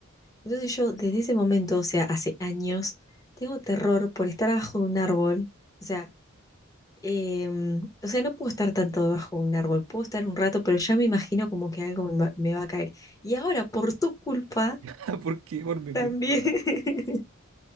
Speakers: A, on the left; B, on the right.
A: Entonces yo desde ese momento, o sea, hace años, tengo terror por estar abajo de un árbol. O sea, em, o sea, no puedo estar tanto debajo de un árbol, puedo estar un rato, pero ya me imagino como que algo me va, me va a caer. Y ahora, por tu culpa,
B: <laughs> ¿Por qué? Por mi
A: también,
B: culpa.
A: <laughs>